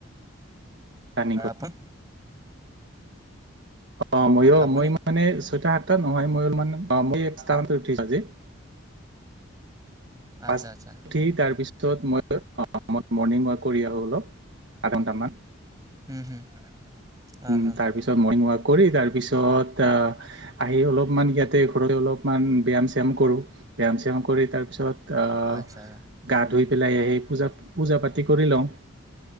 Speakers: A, on the right; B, on the right.
A: ৰানিং
B: <unintelligible>
A: অ' মইয়ো
B: আপুনি
A: মই মানে ছয়টা সাতটা নহয় মই মই স্থানতে উঠিছো আজি। পাঁচটা
B: আচ্চা আচ্চা।
A: উঠি তাৰপিছত মই মই মৰ্ণিং ৱাক কৰি আহোঁ অলপ আধা ঘণ্টামান।
B: হুম হুম। হা
A: উম
B: হা
A: তাৰ পিছত মৰ্নিং ৱাক কৰি তাৰ পিছত আহ আহি অলপমান ইয়াতে ঘৰতে অলপ। অলপ মান ব্যায়াম চ্যাম কৰোঁ ব্যায়াম শ্যাম কৰি তাৰপিছত আ
B: আচ্ছা
A: ' গা ধুই পেলাই আহি পূজাত। পূজা পাতি কৰি লওঁ